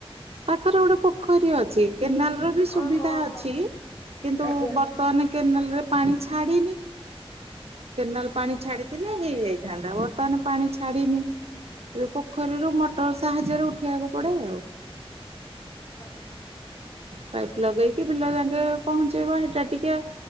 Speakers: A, on the right (about 80°); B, on the left (about 75°).
A: ପାଖରେ ଗୋଟେ ପୋ ପୋଖରୀ ଅଛି କେନାଲ ର ବି ସୁବିଧା
B: ଓହୋ
A: ଅଛି
B: ହୋ
A: କିନ୍ତୁ
B: ଆଜ୍ଞା।
A: ବର୍ତ୍ତମାନ କେନାଲ ରେ ପାଣି ଛାଡ଼ିନି କେନାଲ ପାଣି ଛାଡିଥିଲେ ହେଇଯାଇଥାନ୍ତା ବର୍ତ୍ତମାନ ପାଣି ଛାଡିିନି ଏବେ ପୋ ପୋଖରୀରୁ ମଟର ସାହାଯ୍ୟରେ ଉଠେଇବାକୁ ପଡେ ଆଉ।
B: ଓ ହୋ <unintelligible>
A: ପାଇପ ଲଗେଇକି ପିଲା <unintelligible> ପହଞ୍ଚେଇବା ଏଇଟା ଟିକେ